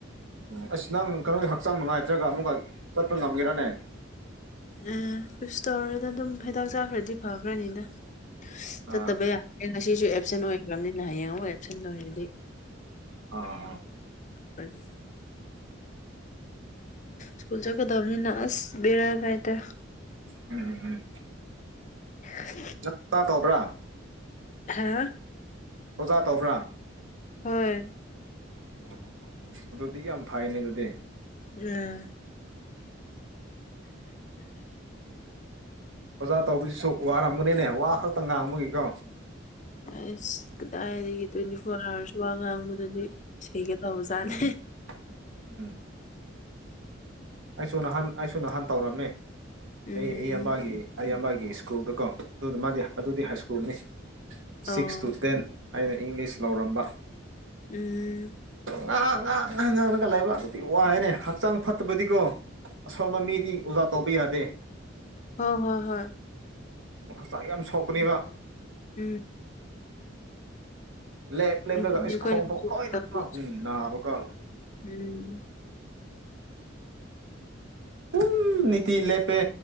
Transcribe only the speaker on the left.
ꯑꯦ ꯀꯩꯁ ꯇꯧꯔꯦꯅ ꯑꯗꯨꯝ ꯍꯤꯗꯥꯛ ꯆꯥꯈ꯭ꯔꯗꯤ ꯐꯈ꯭ꯔꯅꯤꯅ
ꯆꯠꯇꯕ ꯌꯥꯗꯦ ꯉꯁꯤꯁꯨ ꯑꯦꯞꯁꯦꯟ ꯑꯣꯏꯈ꯭ꯔꯕꯅꯤꯅ ꯍꯌꯦꯡ ꯑꯃꯨꯛ ꯑꯦꯞꯁꯦꯟ ꯑꯣꯏꯔꯗꯤ
ꯐꯔꯦ ꯁ꯭ꯀꯨꯜ ꯆꯈꯗꯝꯅꯤꯅ ꯑꯁ ꯕꯔꯥ ꯀꯥꯏꯗ
<inaudible>
ꯍꯥ
ꯍꯣꯏ
ꯎꯝ
ꯑꯁ ꯀꯗꯥꯏꯗꯒꯤ ꯇ꯭ꯋꯦꯟꯇꯤ ꯐꯣꯔ ꯑꯥꯋꯥꯔꯁ ꯋꯥ ꯉꯥꯡꯕꯗꯗꯤꯒꯗ ꯍ ꯆꯂꯦ
ꯎꯝ
ꯑꯥ
ꯎꯝ
ꯍ ꯍꯣ ꯍꯣꯏ
ꯎꯝ
ꯑꯗꯨꯅꯤ
ꯑꯩꯈꯣꯏꯅ
ꯍꯧꯖꯤꯛ
ꯇꯧꯔꯤꯁꯦ
ꯎꯝ